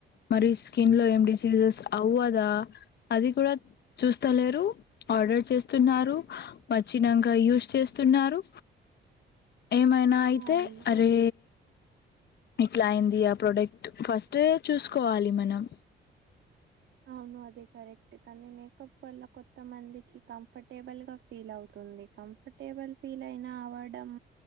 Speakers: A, on the left (about 55°); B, on the right (about 70°).
A: మరి స్కిన్ లో ఏం డిసీజెస్ అవ్వదా అది కూడా చూస్తలేరు ఆర్డర్ చేస్తున్నారు వచ్చినంగా యూస్ చేస్తున్నారు.
B: <inaudible>
A: ఏమైనా అయితే
B: అవును
A: అరే ఇట్లా అయింది ఆ ప్రొడక్ట్ ఫస్ట్ చూసుకోవాలి మనం
B: అవును అదే కరెక్ట్ కానీ మేకప్ వల్ల కొత్త మందికి కంఫర్టబుల్ గా ఫీల్ అవుతు ఉంది కంఫర్టేబుల్ ఫీల్ అయినా అవడం